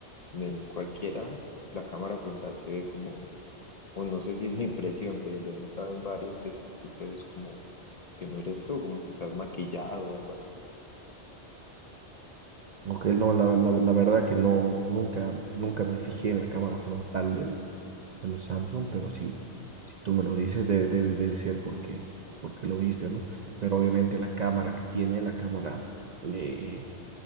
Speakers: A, on the left; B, on the right.
A: en cualquiera, la cámara frontal se ve como o no sé si es mi impresión, pero lo he notado en varios que se- tú te ves como que no eres tú, como que estás maquillado o algo así.
B: Ok, no, la, la, la verdad que no, nunca, nunca me fijé en la cámara frontal del, de los Samsung, pero sí, si tú me lo dices, debe, debe, debe ser porque, porque lo viste, ¿no? Pero obviamente la cámara que tiene, la cámara eh,